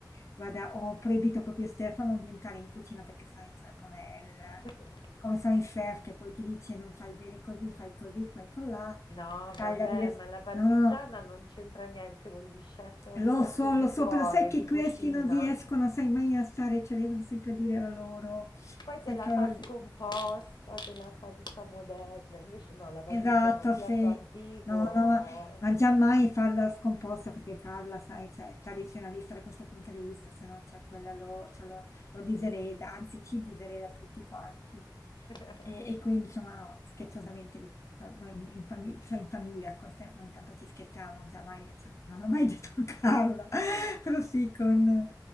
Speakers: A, on the left (about 40°); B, on the left (about 85°).
A: Guarda, ho proibito proprio a Stefano di entrare in cucina perché sai, cioè, com'è il-
B: <laughs>
A: come sono i chef che poi ti dice non fai bene così, fai così, fai colà,
B: No,
A: taglia
B: vabbè,
A: diversamente.
B: ma la parmigiana
A: No, no, no.
B: non c'entra niente con gli chef, è
A: Lo
B: un piatto
A: so,
B: di
A: lo so,
B: cuore,
A: però sai che
B: di
A: questi
B: cucina.
A: non riescono, sai, mai a stare, cioè devono sempre dire la loro.
B: Poi
A: Sai
B: te la
A: che-
B: fa scomposta, te la fa tutta moderna. Invece no, la
A: Esatto,
B: parmigiana è un piatto
A: sì.
B: antico.
A: No, no, ma, ma già mai farla scomposta perché Carla, sai, cioè, è tradizionalista da questo punto di vista, se no, cioè, quella lo, cioè, lo, lo disereda, anzi ci disereda tutti quanti.
B: <laughs>
A: E, e quindi, insomma, no, scherzosamente, di- no, noi in, in famig- cioè, in famiglia con Stefano intanto ci scherziamo, già mai, cioè, non ho mai <laughs> detto a Carla. <laughs> Però sì, con,